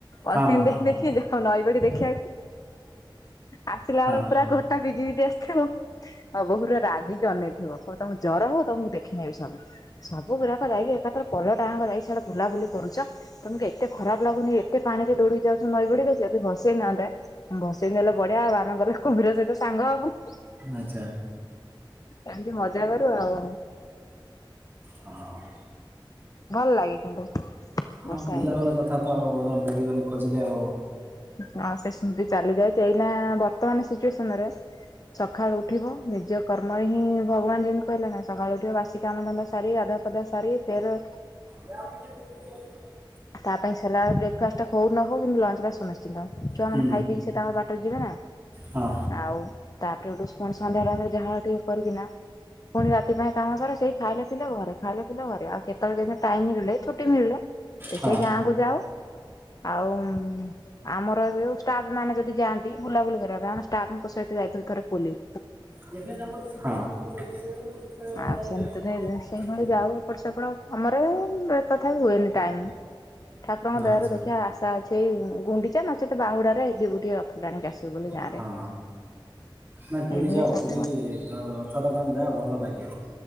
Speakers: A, on the left; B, on the right.
A: ପଲି
B: ହଁ ହଁ
A: ଦେଇ ଦେଖି ଯାଉ ନଈ ବଡି ଦେଖିବାକୁ ଆସିଲା
B: ହଁ
A: ବେଳକୁ ପୁରା ଗୋଟା ଭିଜି ଭିଜି ଆସିଥିବ। ଅ ବୋଉ ପୁରା ରାଗିକି ଅନେଇଥିବ। କହିବ ତମକୁ ଜ୍ୱର ହଉ ତମକୁ ଦେଖିନେବି ସବୁ। ସବୁ ଗୁଡାକ ଯାଇକି ଏକାଥରେ ପଲଟା ଯାକ ଯାଇକିନା ସିଆଡେ ବୁଲାବୁଲି କରୁଛ। ତମକୁ ଏତେ ଖରାପ ଲାଗୁନି। ଏତେ ପାଣିରେ ଦୌଡିଡ଼ି ଯାଉଛ ନଈବଢିରେ ସେ ଯଦି ଭସେଇ ନଅନ୍ତେ। ଭସେଇ ନେଲେ ବଢିଆ ଆଉ। ଆମେ କହିବୁ କୁମ୍ଭୀର ସହିତ ସାଙ୍ଗ ହବୁ।
B: ଆଚ୍ଛା।
A: ଏମିତି ମଜା କରୁ ଆଉ।
B: ହଁ <unintelligible>
A: ଭଲ ଲାଗେ କିନ୍ତୁ।
B: ହଁ
A: ବର୍ଷା
B: ପିଲା
A: ହେଇଗଲେ
B: ବେଳ କଥା ତ ଆଉ ମିଳିବନି ଖୋଜିଲେ ଆଉ।
A: ହଁ ସେ ସେମିତି ଚାଲିଯାଇଛି। ଏଇକିନା ବର୍ତ୍ତମାନ ସିଚୁଏସନରେ ସକାଳୁ ଉଠିବ ନିଜ କର୍ମରେ ହିଁ ଭଗବାନ ଯେମିତି କହିଲେ ନା ସକାଳୁ ଉଠିବ ବାସି କାମ ଧନ୍ଦା ସାରି ଗାଧୁଆ ପାଧୁଆ ସାରି ଫେରେ
B: ଯାଉ ଟିକେ କୁର କୁରି ବଢିଥିବ। <unintelligible>
A: ତା ପାଇଁ ସେଲାଡ ବ୍ରେକଫାଷ୍ଟ ହଉ ନ ହଉ। କିନ୍ତୁ ଲଞ୍ଚ ଟା ସୁନିଶ୍ଚିତ। ଛୁଆ
B: ହୁଁ
A: ମାନେ ଖାଇ ପିଇ ସେ ତାଙ୍କ ବା ଟରେ ଯିବେ ନା।
B: ହଁ
A: ଆଉ ତାପରେ ଗୋଟେ ପୁଣି ସନ୍ଧ୍ୟା ଟାଇମ ଯାହା ଟିକେ କରିକିନା ପୁଣି ରାତି ପାଇଁ କାମ ସରିକି ଖାଇଲେ ପିଇଲେ ଘରେ। ଖାଇଲେ ପିଇଲେ ଘରେ। ଆଉ କେତେବେଳେ କେମିତି ଟାଇମି ମିଳିଲେ ଛୁଟି ମିଳିଲେ ଏ
B: ହଁ
A: ସେଇ ଗାଁ କୁ ଯାଉ। ଆଉ ଉଁ ଆମରଯୋଉ ଷ୍ଟାଫ ମାନେ ଯଦି ଯାଆନ୍ତି ବୁଲାବୁଲି କରିବା ପାଇଁ। ଆମେ ଷ୍ଟାଫଙ୍କ ସହିତ ଯାଇଥିଲୁ ଥରେ ବୁଲି।
B: ଯେବେ ତାଙ୍କ <unintelligible>
A: ଆଉ ସେମିତି ତ ସେଇଭଳି ଯାଉ ଏପଟ ସେପଟ କାମରେ ତଥାପି ହୁଏନି ଟାଇମ। ଠାକୁରଙ୍କ ଦୟାରୁ
B: ଆଚ୍ଛା
A: ଦେଖିଆ ଆଶା ଅଛି ଏଇ ଗୁଣ୍ଡିଚା ନଚେତ ବାହୁଡାରେ ଯିବୁ ଟିକେ ରଥ ଟାଣିକି ଆସିବୁ ବୋଲି। ଗାଁରେ।
B: ହଁ ନାଇଁ ପୁରୀ
A: ଏଇଭଳି
B: ଯାଅ
A: କାମ
B: ପୁରୀ ଦ ର ଥ ଡା ଟାଇମ ଯାଅ ଭଲ ଲାଗିବ।